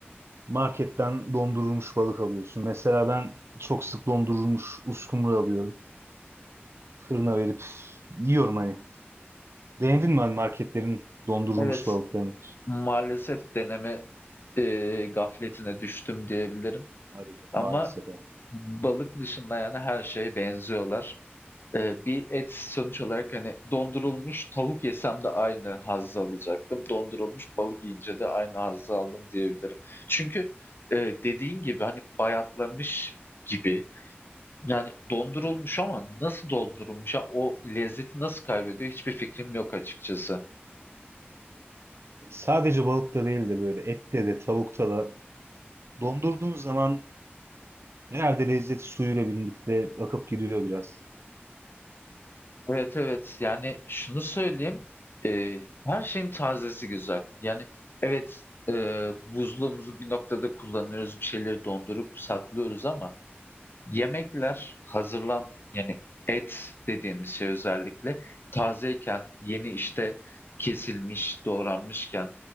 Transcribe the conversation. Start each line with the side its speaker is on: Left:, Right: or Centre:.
Right: marketten dondurulmuş balık alıyorsun. Mesela ben çok sık dondurulmuş uskumru alıyorum. Fırına verip yiyorum hani. Denedin mi hani marketlerin dondurulmuş
Left: Evet,
Right: balıklarını?
Left: maalesef deneme, eee, gafletine düştüm diyebilirim.
Right: Hadi be,
Left: Ama
Right: maalesef.
Left: balık dışında yani her şeye benziyorlar. Ee, bir et sonuç olarak hani dondurulmuş tavuk yesem de aynı hazzı alacaktım. Dondurulmuş balık yiyince de aynı hazzı aldım diyebilirim. Çünkü e, dediğin gibi hani bayatlamış gibi yani dondurulmuş ama nasıl dondurulmuş ya o lezzeti nasıl kaybediyor hiçbir fikrim yok açıkçası.
Right: Sadece balıkta değil de böyle ette de tavukta da dondurduğunuz zaman herhalde lezzet suyuyla birlikte akıp gidiyor biraz.
Left: Evet, evet. Yani şunu söyleyeyim, eee, her şeyin tazesi güzel. Yani evet, eee, buzluğumuzu bir noktada kullanıyoruz, bir şeyleri dondurup saklıyoruz ama yemekler hazırlan, yani et dediğimiz şey özellikle tazeyken, yeni işte kesilmiş, doğranmışken,